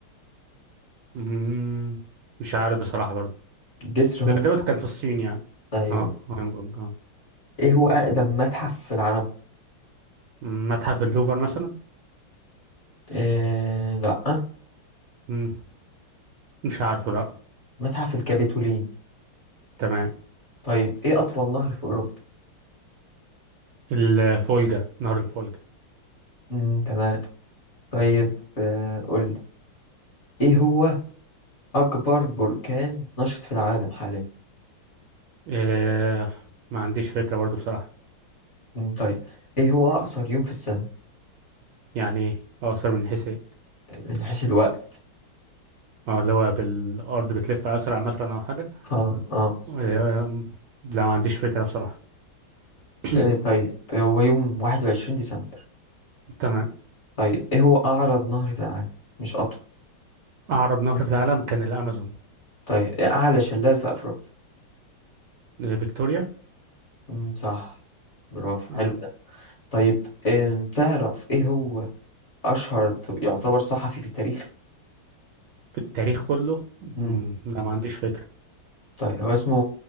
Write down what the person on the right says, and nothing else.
مم، مش عارف بصراحة برضو
بس
غالبا
كان في الصين يعني
اه هونج كونج اه
مم، متحف اللوفر مثلا
مم، مش عارفه لأ
تمام
الفولجا نهر الفولجا
آه، ما عنديش فكرة برضو بصراحة
يعني إيه أقصر من حيث ايه
اه اللي هو بالأرض بتلف أسرع مثلا أو حاجة
آه، لا ما عنديش فكرة بصراحة <clears throat>
تمام
أعرض نهر في العالم كان الأمازون
آه، فيكتوريا
اه
في التاريخ كله مم،
لا ما عنديش فكرة